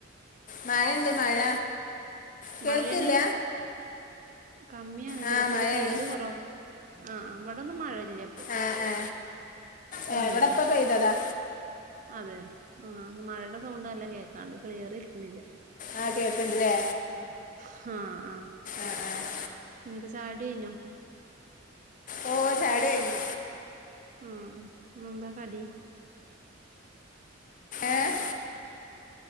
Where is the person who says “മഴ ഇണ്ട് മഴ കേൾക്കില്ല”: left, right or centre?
Left